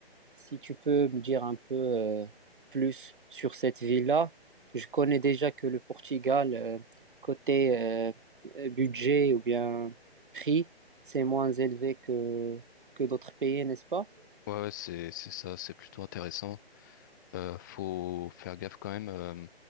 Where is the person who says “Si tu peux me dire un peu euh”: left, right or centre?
Right